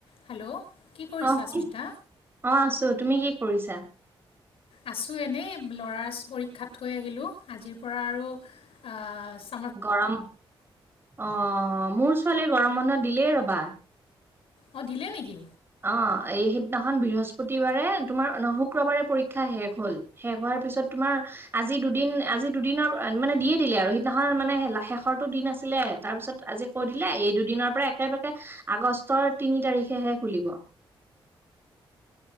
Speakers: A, on the left; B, on the right.
A: হেল্ল' কি কৰিছা
B: অ শুনিছ
A: অস্মিতা?
B: অ', আছো, তুমি কি কৰিছা?
A: আছোঁ এনেই ল'ৰা পৰীক্ষাত থৈ আহিলোঁ, আজিৰ পৰা আৰু আৰু আ
B: গৰম অ', মোৰ ছোৱালীৰ গৰম বন্ধ দিলেই ৰ'বা।
A: অ', দিলে নেকি?
B: অ', এই সিদিনাখন বৃহস্পতিবাৰে, তোমাৰ শুক্ৰবাৰে পৰীক্ষা শেষ হল। শেষ হোৱাৰ পিছত তোমাৰ আজি দুদিন, আজি দুদিনৰ মানে দিয়ে দিলে আৰু। সিদিনাখন মানে শেষৰটো দিন আছিলে, তাৰ পিছত আজি কৈ দিলে, এই দুদিনৰ পৰা একেবাকে আগষ্টৰ তিনি তাৰিখেহে খুলিব।